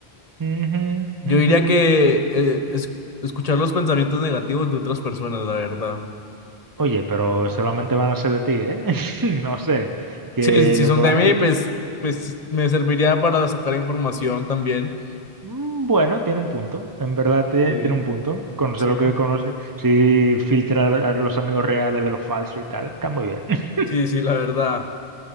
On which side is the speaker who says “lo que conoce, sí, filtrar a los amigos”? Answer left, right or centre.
Right